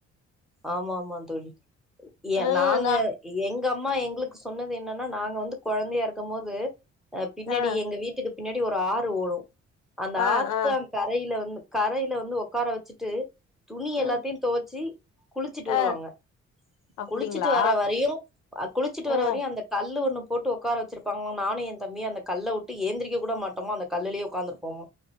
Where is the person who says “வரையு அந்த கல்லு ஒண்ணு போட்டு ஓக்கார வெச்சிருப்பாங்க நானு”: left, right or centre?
Centre